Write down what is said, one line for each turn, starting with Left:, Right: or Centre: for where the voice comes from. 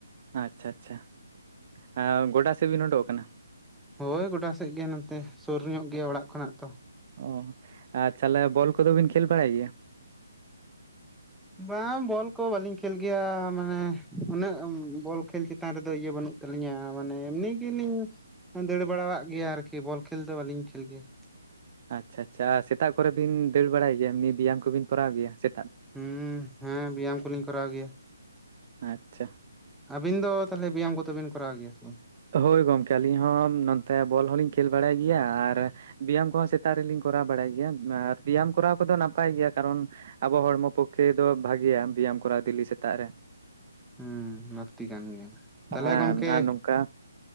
Right: ᱟᱪᱪᱷᱟ ᱟᱪᱪᱷᱟ, ᱟᱻ ᱜᱚᱰᱟ ᱥᱮᱫ ᱵᱤᱱ ᱩᱰᱩᱚᱜ ᱟᱠᱟᱱᱟ?
Centre: ᱦᱳᱭ ᱜᱚᱰᱟ ᱥᱮᱫ ᱜᱮ ᱱᱚᱛᱮ, ᱥᱩᱨ ᱧᱚᱜ ᱜᱮᱭᱟ ᱚᱲᱟᱜ ᱠᱷᱚᱱᱟᱜ ᱛᱚ᱾
Right: ᱚᱻ ᱟᱨ ᱛᱟᱦᱞᱮ ᱵᱚᱞ ᱠᱚᱫᱚ ᱵᱤᱱ ᱠᱷᱮᱹᱞ ᱵᱟᱲᱟᱭ ᱜᱮᱭᱟ?
Centre: ᱵᱟᱝ ᱵᱚᱞ ᱠᱚ ᱵᱟᱹᱞᱤᱧ ᱠᱷᱮᱹᱞ ᱜᱮᱭᱟ ᱢᱟᱱᱮ, ᱩᱱᱟᱹᱜ ᱵᱚᱞ ᱠᱷᱮᱹᱞ ᱪᱮᱛᱟᱱ ᱨᱮᱫᱚ ᱤᱭᱟᱹ ᱵᱟᱹᱱᱩᱜ ᱛᱟᱹᱞᱤᱧᱟ ᱢᱟᱱᱮ ᱮᱢᱱᱤ ᱜᱮᱞᱤᱧ ᱫᱟᱹᱲ ᱵᱟᱲᱟᱣᱟᱜ ᱜᱮᱭᱟ ᱟᱨᱠᱤ, ᱵᱚᱞ ᱠᱷᱮᱹᱞ ᱫᱚ ᱵᱟᱹᱞᱤᱧ ᱠᱷᱮᱹᱞ ᱜᱮᱭᱟ᱾
Right: ᱟᱪᱪᱷᱟ ᱟᱪᱪᱷᱟ, ᱥᱮᱛᱟᱜ ᱠᱚᱨᱮ ᱵᱤᱱ ᱫᱟᱹᱲ ᱵᱟᱲᱟᱭ ᱜᱮᱭᱟ ᱵᱮᱭᱟᱢ ᱠᱚᱵᱤᱱ ᱠᱚᱨᱟᱣ ᱜᱮᱭᱟ ᱥᱮ?
Centre: ᱦᱩᱸ ᱦᱮᱸ, ᱵᱮᱭᱟᱢ ᱠᱚᱞᱤᱧ ᱠᱚᱨᱟᱣ ᱜᱮᱭᱟ᱾
Right: ᱟᱪᱪᱷᱟ
Centre: ᱟᱵᱤᱱ ᱫᱚ ᱛᱟᱦᱚᱞᱮ ᱵᱮᱭᱟᱢ ᱠᱚᱫᱚᱵᱤᱱ ᱠᱚᱨᱟᱣ ᱜᱮᱭᱟ ᱥᱮ ᱵᱟᱝ?
Right: ᱦᱳᱭ ᱜᱚᱢᱠᱮ ᱟᱹᱞᱤᱧ ᱦᱚᱸ ᱱᱚᱱᱛᱮ ᱵᱚᱞ ᱦᱚᱸᱞᱤᱧ ᱠᱷᱮᱹᱞ ᱵᱟᱲᱟᱭ ᱜᱤᱭᱟ, ᱟᱨ ᱵᱮᱭᱟᱢ ᱠᱚᱦᱚᱸ ᱥᱮᱛ ᱛᱟᱜ ᱨᱮᱞᱤᱧ ᱠᱚᱨᱟᱣ ᱵᱟᱲᱟᱭ ᱜᱮᱭᱟ, ᱟᱨ ᱵᱤᱭᱟᱢ ᱠᱚᱨᱟᱣ ᱠᱚᱫᱚ ᱱᱟᱯᱟᱭ ᱜᱮᱭᱟ ᱠᱟᱨᱚᱱ ᱟᱵᱚ ᱦᱚᱲᱢᱚ ᱯᱚᱠᱠᱷᱮ ᱫᱚ ᱵᱷᱟᱜᱤᱭᱟ ᱵᱮᱭᱟᱢ ᱠᱚᱨᱟᱣ ᱫᱮᱞᱤ ᱥᱮᱛᱟᱜ ᱨᱮ᱾
Centre: ᱦᱩᱸ, ᱞᱟᱹᱠᱛᱤ ᱠᱟᱱ ᱜᱮᱭᱟ᱾ ᱛᱟᱦᱞᱮ
Right: ᱦᱮᱸ
Centre: ᱜᱚᱝᱠᱮ
Right: ᱟᱨ ᱱᱚᱝᱠᱟ